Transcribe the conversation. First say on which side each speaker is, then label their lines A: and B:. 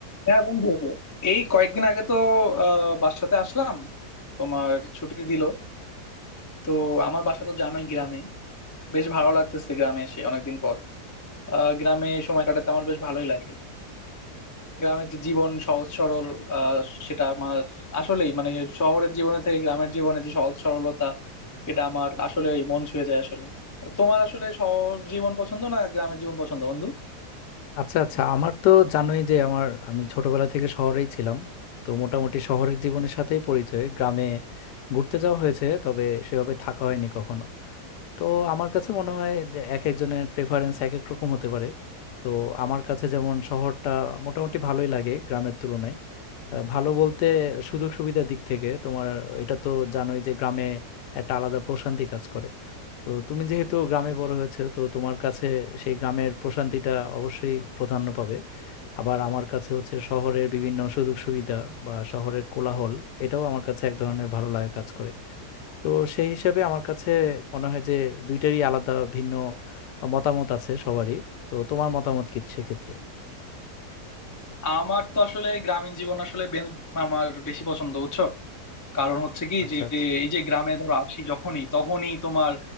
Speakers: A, on the left; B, on the left.
A: হ্যাঁ বন্ধু এই কয়েকদিন আগে তো আহ, বাসাতে আসলাম তোমার ছুটি দিল তো আমার বাসা তো জানোই গ্রামে বেশ ভালো লাগতেছে গ্রামে এসে অনেকদিন পর আহ, গ্রামে সময় কাটাতে আমার বেশ ভালোই লাগে গ্রামের যে জীবন সহজ সরল আহ, সেটা আমার আসলেই মানে শহরের জীবনে থেকে গ্রামের জীবনে যে সহজ সরলতা এটা আমার আসলে মন ছুঁয়ে যায় আসলে তোমার আসলে শহর জীবন পছন্দ না গ্রামের জীবন পছন্দ বন্ধু
B: আচ্ছা আচ্ছা আমার তো জানোই যে আমার আমি ছোটবেলা থেকে শহরেই ছিলাম তো মোটামুটি শহরের জীবনের সাথেই পরিচয় গ্রামে ঘুরতে যাওয়া হয়েছে তবে সেভাবে থাকা হয়নি কখনো তো আমার কাছে মনে হয় যে এক একজনের প্রেফারেন্স এক এক রকম হতে পারে তো আমার কাছে যেমন শহরটা মোটামুটি ভালোই লাগে গ্রামের তুলনায় আহ, ভালো বলতে সুযোগ সুবিধার দিক থেকে তোমার এটা তো জানোই যে গ্রামে একটা আলাদা প্রশান্তি কাজ করে তো তুমি যেহেতু গ্রামে বড় হয়েছে তো তোমার কাছে সেই গ্রামের প্রশান্তিটা অবশ্যই প্রাধান্য পাবে আবার আমার কাছে হচ্ছে শহরের বিভিন্ন সুযোগ সুবিধা বা শহরের কোলাহল এটাও আমার কাছে এক ধরনের ভালো লাগা কাজ করে তো সেই হিসাবে আমার কাছে মনে হয় যে দুইটারই আলাদা ভিন্ন মতামত আছে সবারই তো তোমার মতামত কি সেক্ষেত্রে
A: আমার তো আসলে গ্রামীণ জীবন আসলে বে- আমার বেশি পছন্দ বুঝছো কারণ হচ্ছে কি
B: আচ্ছা
A: যে
B: আচ্ছা
A: এই যে গ্রামে ধরো আসি যখনই তখনই তোমার